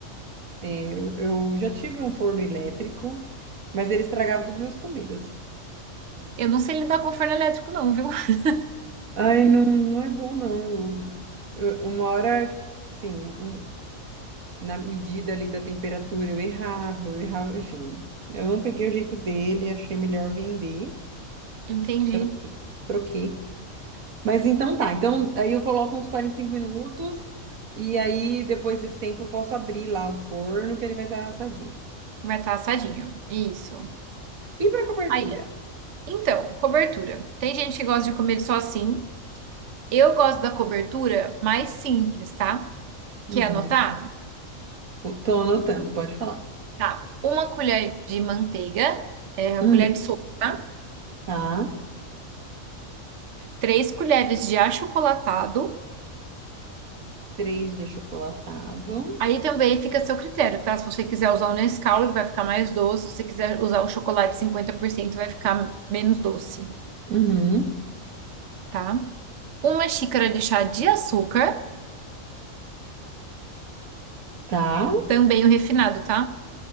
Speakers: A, on the right (about 80°); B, on the right (about 60°).
A: Eu, eu já tive um forno elétrico, mas ele estragava todas as minhas comidas.
B: Eu não sei lidar com forno elétrico, não, viu? <laughs>
A: Ai, não, não é bom, não. Eu- eu- uma hora, sim um- na medida ali da temperatura, eu errava, eu errava, enfim. Eu não peguei o jeito dele, achei melhor vender.
B: Entendi.
A: Troquei. Troquei. Mas então tá, então aí eu coloco uns 45 minutos e aí depois desse tempo eu posso abrir lá o forno que ele vai estar assadinho.
B: Vai estar assadinho. Isso.
A: E para cobertura?
B: Aí, então, cobertura. Tem gente que gosta de comer só assim. Eu gosto da cobertura mais simples, tá?
A: Uhum.
B: Quer anotar?
A: Tô anotando, pode falar.
B: Tá. Uma colher de manteiga, é, a
A: Uhum.
B: colher de sopa, tá?
A: Tá.
B: três colheres de achocolatado,
A: Três de achocolatado.
B: Aí também fica a seu critério, tá? Se você quiser usar o Nescau, ele vai ficar mais doce. Se você quiser usar o chocolate 50%, vai ficar menos doce,
A: Uhum.
B: tá? Uma xícara de chá de açúcar,
A: Tá.
B: também o refinado, tá?